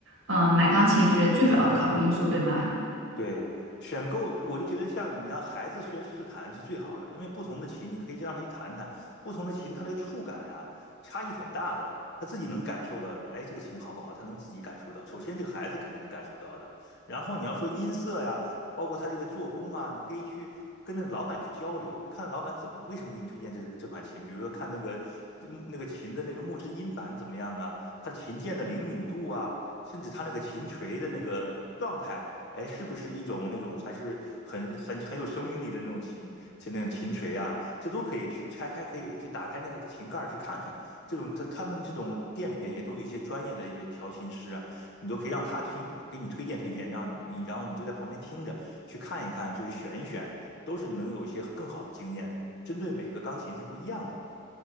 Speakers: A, on the right; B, on the left.
A: 呃，买钢琴是最主要的考虑因素，对吧？
B: 对，选购我就觉得像你让孩子先试弹是最好的，因为不同的琴你可以让他去弹弹，不同的琴它那个触感啊差异很大的，他自己能感受到，哎，这个琴好不好，他能自己感受到。首先这个孩子肯定能感受到的，然后你要说音色呀，包括他这个做工啊，你可以去跟那个老板去交流，那看老板怎么为什么给你推荐这这款琴，比如说看那个嗯那个琴的那个木质音板怎么样啊，它的琴键的灵敏度啊。甚至它那个琴锤的那个状态，哎，是不是一种那种还是很很很有生命力的那种琴，就那种琴锤啊，这都可以去拆开，可以去打开那个琴盖儿去看看。这种他他们这种店里边也都有一些专业的一些调琴师啊，你都可以让他推给你推荐推荐，让你你然后你就在旁边听着去看一看，就是选一选，都是能有一些更好的经验，针对每个钢琴是不一样的。